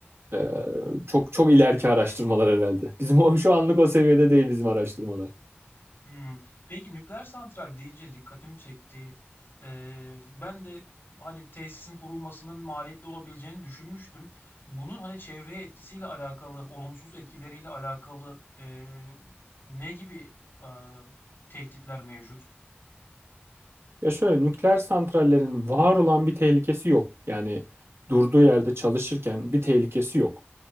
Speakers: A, on the right; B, on the left.
A: Ee, çok çok ileriki araştırmalar herhalde. Bizim o, şu anlık o seviyede değil bizim araştırmalar.
B: Hmm. Peki nükleer santral deyince dikkatimi çekti. Ee, ben de hani tesisin kurulmasının maliyetli olabileceğini düşünmüştüm. Bunun hani çevreye etkisiyle alakalı, olumsuz etkileriyle alakalı ee, ne gibi ee, tehditler mevcut?
A: Ya şöyle nükleer santrallerin var olan bir tehlikesi yok. Yani durduğu yerde çalışırken bir tehlikesi yok.